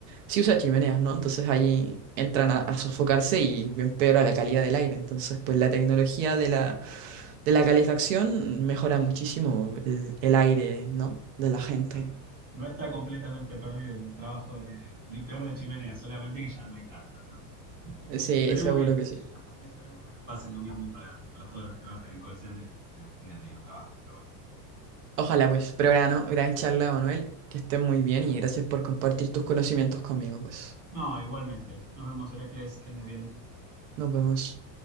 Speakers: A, on the right (about 50°); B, on the right (about 20°).
A: sí usa chimeneas, ¿no? Entonces ahí entran a, a sofocarse y empeora la calidad del aire. Entonces, pues la tecnología de la, de la calefacción mejora muchísimo el, el aire, ¿no? De la gente.
B: No, no está completamente perdido el trabajo de limpiar de chimenea, solamente que ya no hay tanto, ¿no?
A: Sí,
B: Esperemos
A: seguro
B: que,
A: que sí.
B: esperemos que no pase lo mismo para, para todos los que trabajan en call center y que tengan- sigan teniendo trabajo, pero bueno.
A: Ojalá pues, pero gran, ¿no? gran charla, Manuel, que estés muy bien y gracias por compartir tus conocimientos conmigo, pues.
B: No, igualmente. Nos vemos, Heracles, que andes bien.
A: Nos vemos.